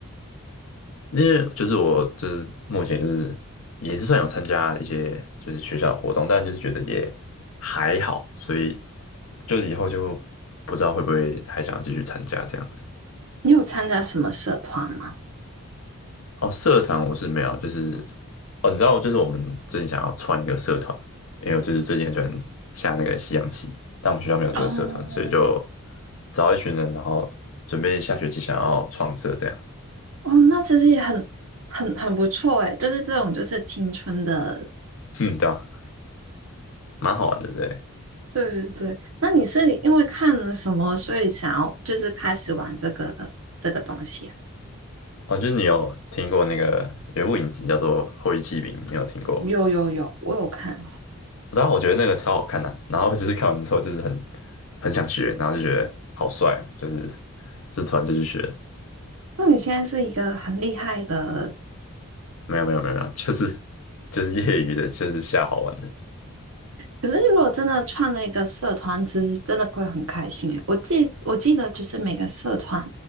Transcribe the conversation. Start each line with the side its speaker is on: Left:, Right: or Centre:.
Left: 因为就是我就是目前就是也是算有参加一些就是学校的活动，但就是觉得也还好，所以就是以后就不知道会不会还想继续参加这样子。
Right: 你有参加什么社团吗？
Left: 哦，社团我是没有，就是哦，你知道，就是我们最近想要创一个社团，因为我就是最近很喜欢下那个西洋棋，但我们学校没有这个社团，
Right: 哦
Left: 所以就找一群人，然后准备下学期想要创社这样，
Right: 哦，那其实也很很很不错诶，就是这种就是青春的。
Left: 嗯，对啊，蛮好玩的，对。
Right: 对对对，那你是因为看了什么，所以想要就是开始玩这个这个东西啊？
Left: 哦，就是你有听过那个有物部影集叫做《后翼弃兵》，你有听过吗
Right: 有有有，我有看。
Left: 然后我觉得那个超好看的啊、然后就是看完之后就是很很想学，然后就觉得好帅哦，就是就突然就去学。
Right: 那你现在是一个很厉害的
Left: 没有没有没有没有，就是就是业余的，就是瞎好玩的，
Right: 可是如果真的创了一个社团，其实真的会很开心诶。我记我记得就是每个社团